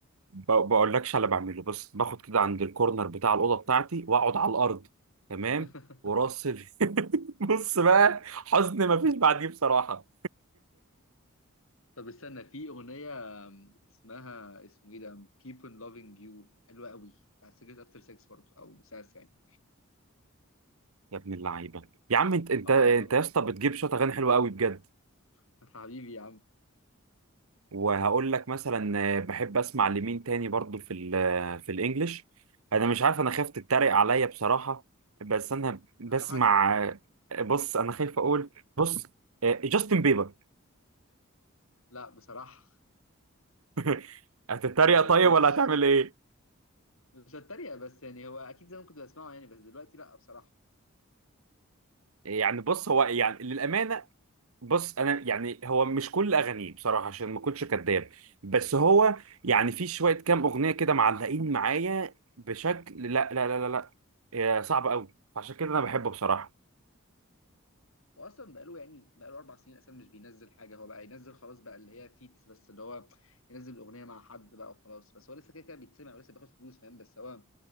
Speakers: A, on the right; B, on the left.
A: ب- بقولكش على بعمله بس باخد كده عند الكورنر بتاع الأوضة بتاعتي وأقعد على الأرض تمام
B: <laughs>
A: وراسل <laughs> بص بقى حزن مفيش بعديه بصراحة
B: طب استنى في أغنية اسمها اسمه ايه ده Keep on Loving You حلوة قوي بتاعت سجلت افتر سكس برضه او ساس يعني
A: يا ابن اللعيبة يا عم أنت أنت
B: اه
A: أنت يا اسطى بتجيب شوية أغاني حلوة قوي بجد
B: <laughs> حبيبي يا عم
A: وهقول لك مثلا آه، بحب اسمع لمين تاني برضو في ال آه، في الانجليش انا مش عارف انا خايف تتريق عليا بصراحة بس انا بسمع
B: على حسب
A: آه، بص انا خايف اقول بص آه، جاستن بيبر
B: لا بصراحة
A: <laughs> هتتريق
B: ما بحبوش
A: طيب ولا هتعمل ايه
B: مش هتريق بس يعني هو اكيد زمان كنت بسمعه يعني بس دلوقتي لا بصراحة
A: يعني بص هو يعني للأمانة بص انا يعني هو مش كل اغانيه بصراحه عشان ما اكونش كداب بس هو يعني في شويه كام اغنيه كده معلقين معايا بشكل لا لا لا لا لا آه، صعب قوي عشان كده انا بحبه بصراحه
B: هو اصلا بقاله يعني بقاله اربع سنين اصلا مش بينزل حاجه هو بقى ينزل خلاص بقى اللي هي فيتس بس اللي هو ينزل الاغنيه مع حد بقى وخلاص بس هو لسه كده كده بيتسمع ولسه بياخد فلوس فاهم بس هو